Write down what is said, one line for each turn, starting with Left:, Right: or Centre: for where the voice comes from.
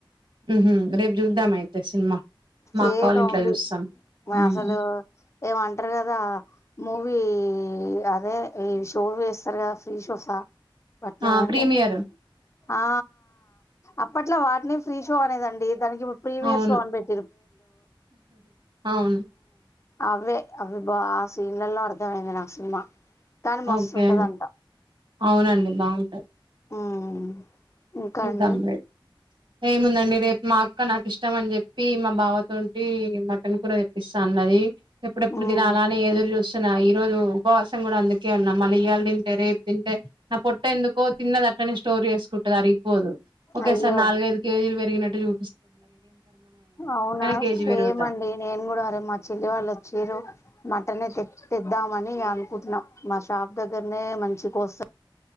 Right: ఉహు రేపు చూద్దాం అయితే సినిమా మా
Left: చేతోన్ది
Right: అక్క వాళ్ళ ఇంట్లో చూస్తాం హ్మ్
Left: అసలు ఏమంటరు కదా మూవీ అదే ఈ షో వేస్తారు కదా ఫ్రీ షోసా వట్నెమంటర్
Right: ఆ ప్రీమియర్
Left: ఆ అప్పట్లా వాటిని ఫ్రీ షో అనేదండి దానికి ప్రీమియర్
Right: అవును
Left: షో అని పెట్
Right: అవును
Left: అవ్వే అవి బ ఆ సీన్లలో అర్థమైంది సినిమా కాని మస్తుంటదంట
Right: ఓకే అవునండి బాగుంటాయి
Left: ఉమ్ ఇంకా
Right: <unintelligible>
Left: అండి
Right: ఏముందండి రేపు మా అక్క నాకు ఇష్టం అని చెప్పి మా బావతోంటి మటన్ కూడా తెప్పిస్తా అన్నది ఎప్పుడెప్పుడు
Left: ఉమ్
Right: తినాలా అని ఎదురు చూస్ ఈ రోజు ఉపవాసం కూడా అందుకే ఉన్నా మళ్ళీ ఇయ్యాల తింటే రేపు తింటే నా పొట్ట ఎందుకో తిన్నద అట్టనే స్టోర్ చేసుకుంటది అరిగిపోదు ఓకే
Left: అయ్యో
Right: సారి నాలుగైఐదు కేజీలు పెరిగినట్టు చూ
Left: అవునా
Right: కేజీ
Left: సేమ్
Right: పెరుగుతా
Left: అండి నేను కూడా అరే మా చెల్లి వాళ్ళు వచ్చిరు మటనే తెద్దామని అనుకుంటున్నాం మా షాప్ దగ్గరనే మంచి కోస్త